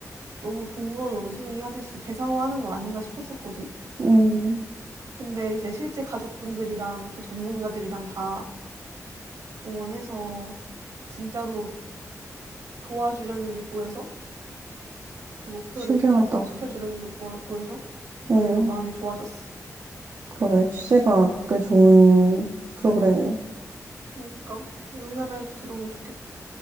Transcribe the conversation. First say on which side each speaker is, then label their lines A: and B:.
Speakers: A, on the right; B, on the right.
A: 너무 동물원 원숭이 하듯이 대상화하는 거 아닌가 싶었었거든.
B: 응
A: 근데 이제 실제 가족분들이랑 이렇게 전문가들이랑 다 동원해서 진짜로 도와주려는 게 보여서 그 목표를
B: 신기하다.
A: 달성시켜 주려는 게 보아- 보여서 오히려
B: 응.
A: 마음이 좋아졌어.
B: 그러게, 취지가 꽤 좋은 프로그램이네.
A: 그니까 우리나라에도 들어오면 좋겠다.